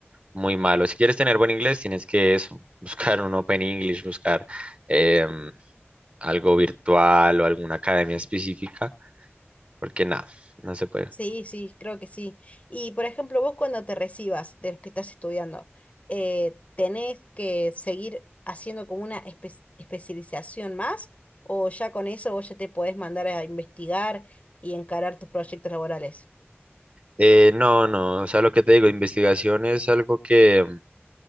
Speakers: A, on the right (about 30°); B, on the left (about 30°).
A: muy malo. Si quieres tener buen inglés, tienes que eso, <laughs> buscar un Open English, buscar em, algo virtual o alguna academia específica, porque nada, no se puede.
B: Sí, sí, creo que sí. Y por ejemplo, vos cuando te recibas de los que estás estudiando, eh, ¿tenés que seguir haciendo como una espe- especialización más? ¿O ya con eso vos ya te podés mandar a investigar y encarar tus proyectos laborales?
A: Eh, no, no, o sea, lo que te digo, investigación es algo que... em,